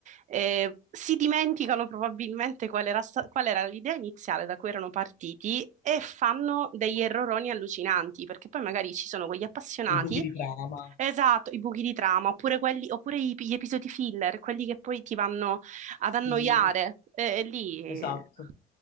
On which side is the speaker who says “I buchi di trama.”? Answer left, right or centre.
Left